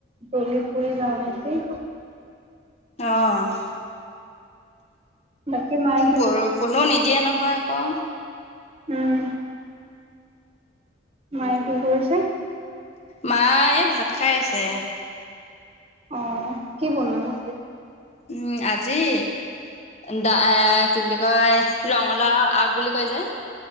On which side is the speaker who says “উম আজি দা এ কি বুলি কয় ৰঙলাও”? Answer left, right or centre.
Left